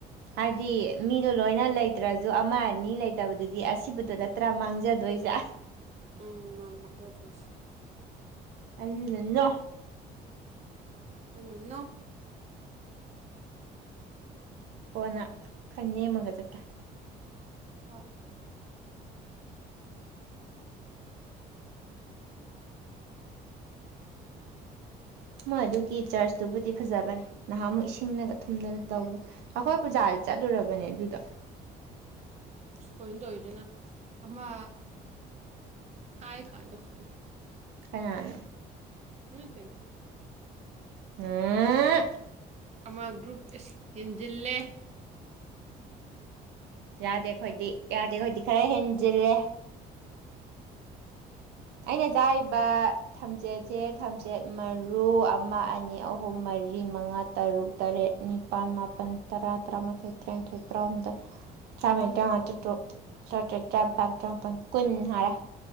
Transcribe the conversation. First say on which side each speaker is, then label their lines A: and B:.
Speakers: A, on the right (about 80°); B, on the right (about 40°).
A: ꯍꯥꯏꯗꯤ ꯃꯤꯗꯣ ꯂꯣꯏꯅ ꯂꯩꯇ꯭ꯔꯥꯁꯨ ꯑꯃ ꯑꯅꯤ ꯂꯩꯇꯕꯗꯨꯗꯤ ꯑꯁꯤꯕꯗꯨꯗ ꯇꯔꯥ ꯃꯥꯡꯖꯗꯣꯏꯁꯦ
B: ꯎꯝ ꯃꯥꯅꯦ ꯃꯥꯒꯗꯨꯏꯁꯦ
A: ꯑꯗꯨꯅ ꯅꯣ
B: ꯗꯨꯅ ꯅꫭ
A: ꯀꯣꯟꯅ ꯈꯔ ꯅꯦꯝꯃꯒ ꯆꯠꯀꯦ
B: ꯍꯣꯏ
A: ꯃꯣꯏ ꯑꯗꯨꯒꯤ ꯆꯔꯆꯇꯨꯕꯨꯗꯤ ꯐꯖꯕꯅꯦ ꯅꯍꯥꯃꯨꯛ ꯏꯁꯤꯡꯅꯒ ꯊꯨꯝꯗꯅ ꯇꯧꯕꯗꯣ ꯑꯩꯈꯣꯏ ꯄꯨꯖꯥꯗꯤ ꯆꯠꯂꯨꯔꯕꯅꯦ ꯑꯗꯨꯗꫭ
B: ꯁꯨ ꯀꯩꯅꫭ ꯇꯧꯔꯤꯁꯤꯅ ꯑꯃ ꯍꯥꯏ ꯀꯥꯏ ꯇꯧꯈꯠꯂꯛꯏ
A: ꯀꯅꯥꯅꯅꯣ
B: ꯅꯠꯇꯦꯗ
A: <inaudible>
B: ꯑꯃ ꯒ꯭ꯔꯨꯞ ꯑꯁ ꯍꯦꯟꯖꯤꯜꯂꯦ
A: ꯌꯥꯗꯦ ꯈꫭꯏꯗꯤ ꯌꯥꯗꯦ ꯈꯣꯏꯗꯤ ꯈꯔ ꯍꯦꯟꯖꯤꯜꯂꯦ ꯑꯩꯅ ꯆꯥꯔꯤꯕ ꯊꯝꯆꯦꯠꯁꯦ ꯊꯝꯆꯦꯠ ꯃꯔꯨ ꯑꯃ ꯑꯅꯤ ꯑꯍꯨꯝ ꯃꯔꯤ ꯃꯉꯥ ꯇꯔꯨꯛ ꯇꯔꯦꯠ ꯅꯤꯄꯥꯜ ꯃꯥꯄꯜ ꯇꯔꯥ ꯇꯔꯥꯃꯥꯊꯣꯏ ꯇꯔꯥꯅꯤꯊꯣꯏ ꯇꯔꯥꯍꯨꯝꯗꯣꯏ ꯇꯔꯥꯃꯔꯤ
B: ꯅꯪꯉꯣꯟꯗ
A: ꯇꯔꯥꯃꯉꯥ ꯇꯔꯥꯇꯔꯨꯛ
B: ꯊꯝ
A: ꯇꯔꯥꯇꯔꯦꯠ ꯇꯔꯥꯅꯤꯄꯜ ꯇꯔꯥꯃꯄꯥꯜ ꯀꯨꯟ ꯍꯥꯜꯂꯦ